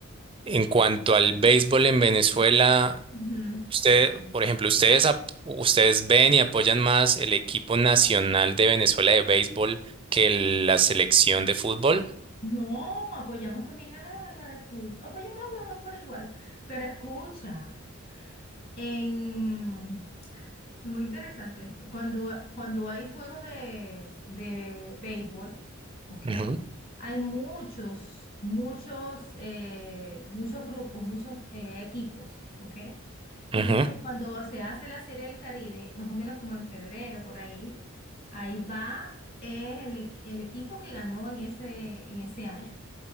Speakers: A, on the right (about 25°); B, on the left (about 45°).
A: en cuanto al béisbol en Venezuela.
B: Ujú.
A: Usted, por ejemplo, ustedes, ap- ustedes ven y apoyan más el equipo nacional de Venezuela de béisbol que el- la selección de fútbol.
B: No, apoyamos también a la, a la de fútbol, apoyamos a los dos por igual, pero escucha, en, Muy interesante esto. Cuando, cuando hay juegos de, de béisbol, ¿ok?
A: Ujú,
B: Hay muchos, muchos, eh, muchos grupos, muchos eh, equipos, ¿ok? Entonces,
A: ujú.
B: cuando se hace la Serie del Caribe, más o menos como en febrero, por ahí, ahí va eh, el, e- el equipo que ganó en ese, en ese año.